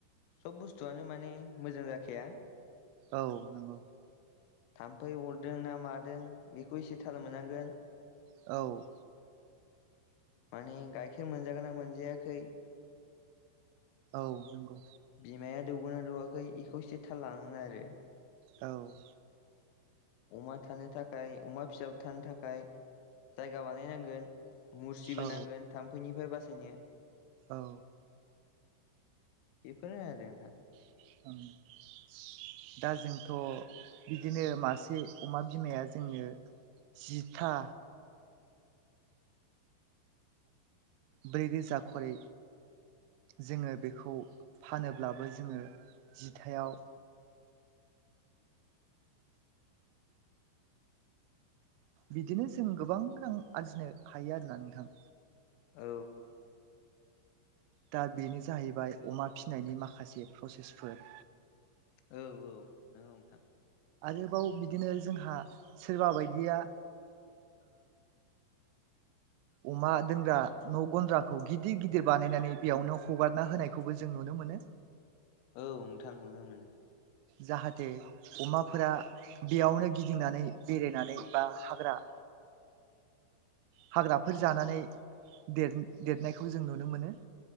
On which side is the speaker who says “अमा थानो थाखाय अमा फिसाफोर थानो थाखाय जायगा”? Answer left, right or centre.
Left